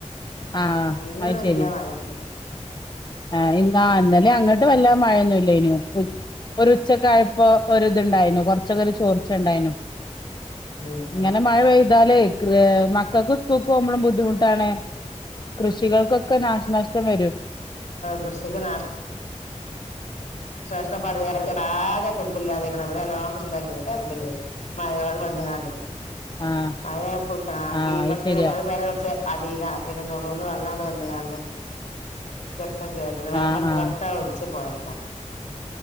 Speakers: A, on the left; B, on the left.
A: ആഹ്
B: ഇന്നും
A: അത്
B: നല്ല
A: ശരി
B: മഴണ്ട്
A: ആഹ് ഇാ അന്നലെ അങ്ങോട്ട് വല്ലാ മഴൊന്നുംല്ല ഇല്ല്യേനു ഒരു ഉച്ചക്കായ്പ്പൊ ഒര് ഇതുണ്ടായിനു കൊർച്ചെ ക്കൊരു ചോർച്ചുണ്ടായിനും
B: ഉം
A: ഇങ്ങനെ
B: ഉം
A: മഴ പെയ താലെ മക്കൾക്ക് സ്കൂൾക്കോവുമ്പോ ബുദ്ധിമുട്ടാണ് കൃഷികൾക്കൊക്കെ നാശനാശ്ടം വരും
B: കൃഷിക്ക് നാ വിശേഷം പറയാ ആകെ തുമ്പില്ലാതെെയ്ക്ക്ണ് അവിടെ നല്ലോം കൃഷിണ്ടാക്കിനി പറമ്പില് മഴ പെയ്തിട്ട്
A: ആഹ്
B: മഴാക്ക
A: ആഹ്
B: പത്ത്
A: അത് ശരിയാ
B: ഞങ്ങള് പെര കുറച്ച് അതല്ല പിന്നെ നെറൂന്ന് വെള്ളണ്ട് വന്ന്ങ്ങാണ്ട് ക്കെ കേടന്ന് വളമറ്റതൊക്കാ
A: ആഹ് ആഹ്
B: ഒലിച്ച് പോയക്ക